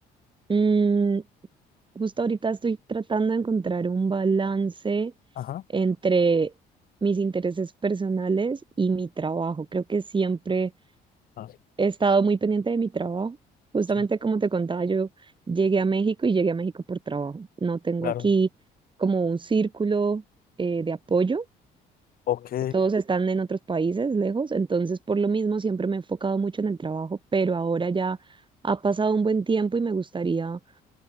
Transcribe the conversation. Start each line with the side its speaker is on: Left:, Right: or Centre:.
Right: Mm, justo ahorita estoy tratando de encontrar un balance
Left: Ajá.
Right: entre mis intereses personales y mi trabajo. Creo que siempre
Left: Ah,
Right: he estado muy pendiente de mi trabajo. Justamente
Left: sí,
Right: como te contaba, yo llegué a México y llegué a México por trabajo. No tengo
Left: claro.
Right: aquí como un círculo eh, de apoyo.
Left: Ok.
Right: Todos están en otros países lejos, entonces por lo mismo siempre me he enfocado mucho en el trabajo, pero ahora ya ha pasado un buen tiempo y me gustaría,